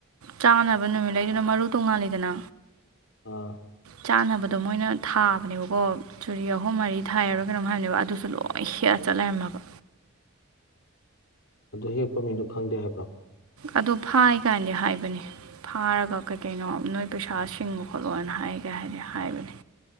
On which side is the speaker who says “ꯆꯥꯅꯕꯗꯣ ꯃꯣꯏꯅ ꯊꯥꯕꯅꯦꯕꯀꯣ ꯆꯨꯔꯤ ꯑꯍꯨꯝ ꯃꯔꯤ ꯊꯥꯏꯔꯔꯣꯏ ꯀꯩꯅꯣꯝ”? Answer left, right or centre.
Right